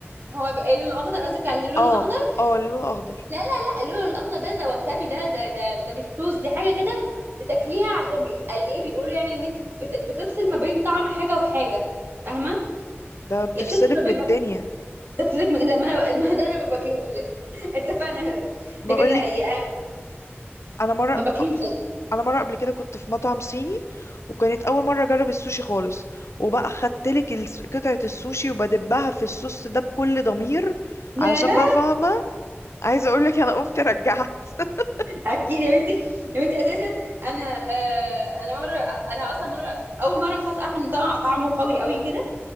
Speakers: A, on the right; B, on the left.
A: هو بقى لونه اخضر قصدك على لونه
B: اه
A: اخضر
B: اه اللون اخضر
A: لا لا لا اللون الاخضر ده ده وسابي ده ده ده ده مش صوص دي حاجه كده بتاكليها عشان بي... قال ايه بيقولوا يعني ان انت بت... بتفصل ما بين طعم حاجه وحاجه فاهمه
B: ده بتفصلك
A: يا بتفصل ما بين
B: من الدنيا
A: جبت لك من لا ما أنا- ما ده انا ما باكلوش <laughs> اتفقنا
B: بقولك
A: لكن أي-
B: انا مره
A: ما باكلوش أصلاً.
B: انا مره قبل كده كنت في مطعم صيني وكانت اول مره اجرب السوشي خالص وبقى خدتلك الس- قطعه السوشي وبدبها في الصوص ده بكل ضمير
A: لا
B: علشان
A: لا
B: بقى فاهمه عايزه اقولك انا قمت رجعت <laughs>
A: اكيد يا بنتي يا بنتي اساسا انا آه انا مره انا اصلا مره اول مره خلاص اعرف ان طعم طعمه قوي قوي كده